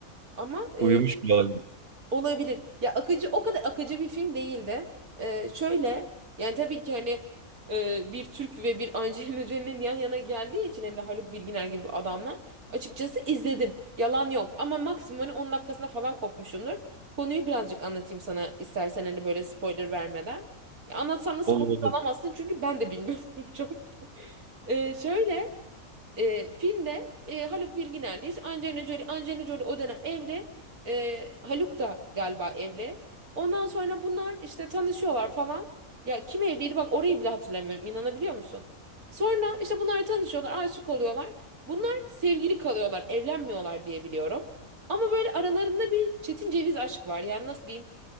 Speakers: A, on the right; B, on the right.
A: Ama e,
B: Uyumuş bile olabilir.
A: Olabilir. Ya akıcı o kadar akıcı bir film değil de e, şöyle yani tabii ki hani e, bir Türk ve bir Angelina Jolie'nin yan yana geldiği için hem de Haluk Bilginer gibi adamla açıkçası izledim. Yalan yok ama maksimum hani 10 dakikasına falan kopmuşumdur. Konuyu birazcık anlatayım sana istersen hani böyle spoiler vermeden. Ya anlatsam da spoiler
B: Olur olur.
A: alamazsın çünkü ben de bilmiyorum <laughs> çok. E, şöyle e, filmde e, Haluk Bilginer'le Angelina Jolie, Angelina Jolie o dönem evli. E, Haluk da galiba evli. Ondan sonra bunlar işte tanışıyorlar falan. Ya kim evliydi bak orayı bile hatırlamıyorum inanabiliyor musun? Sonra işte bunlar tanışıyorlar, aşık oluyorlar. Bunlar sevgili kalıyorlar, evlenmiyorlar diye biliyorum. Ama böyle aralarında bir çetin ceviz aşk var. Yani nasıl diyeyim?